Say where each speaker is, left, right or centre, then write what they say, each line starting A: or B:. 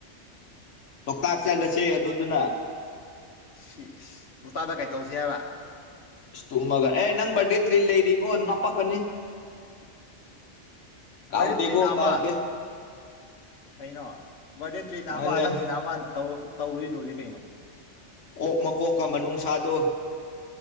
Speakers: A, on the left; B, on the left.
A: ꯂꯣꯛꯇꯥꯛ ꯆꯠꯂꯁꯦ ꯑꯗꯨꯗꯨꯅ
B: ꯁꯤ ꯂ‌ꯣꯛꯇꯥꯛꯇꯥ ꯀꯩ ꯇꯧꯁꯤ ꯍꯥꯏꯕ
A: ꯏꯁ ꯇꯨꯝꯃꯒ ꯑꯦ ꯅꯪ ꯕꯔꯗꯦ ꯇ꯭ꯔꯤꯠ ꯂꯩꯔꯤꯀꯣ ꯅꯞꯄꯛꯀꯅꯤ ꯀꯥꯎꯗꯦꯀꯣ
B: ꯕꯔꯠ ꯇꯔꯤꯠꯅ ꯑꯥꯃꯥ
A: ꯀꯥꯎꯗꯦ
B: ꯀꯩꯅꯣ ꯕꯥꯔꯗꯦ ꯇ꯭ꯔꯤꯅ
A: ꯑꯗꯨꯅ
B: ꯑꯃ ꯅꯪꯒꯤ ꯅꯥ ꯑꯃ ꯇꯧꯔꯤ ꯂꯣꯏꯔꯤ ꯀꯩꯅꯣ
A: ꯑꯣꯛ ꯃꯀꯣꯛꯀꯥ ꯃꯅꯨꯡꯁꯥꯗꯣ